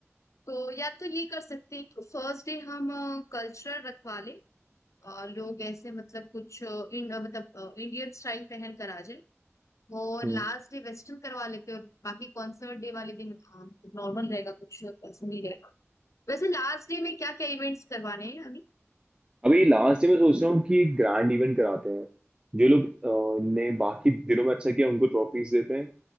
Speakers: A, on the left (about 85°); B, on the right (about 20°).
A: तो या तो ये कर सकते हैं कि फर्स्ट डे हम कल्चरल रखवा लें अ, लोग ऐसे मतलब कुछ अ, इन, अ, मतलब अ, इंडियन स्टाइल पहन कर आ जाए और
B: हम्म।
A: लास्ट डे वेस्टर्न करवा लेते हैं और बाकी कॉन्सर्ट डे वाले दिन हाँ नॉर्मल रहेगा कुछ ऐसा नहीं रहेगा वैसे लास्ट डे में क्या क्या इवेंट्स करवाने हैं अभी
B: अभी लास्ट में सोच रहा हूँ कि एक ग्रैंड इवेंट कराते हैं जो लोग अ, ने बाकी दिनों में अच्छा किया उनको ट्रॉफीज देते हैं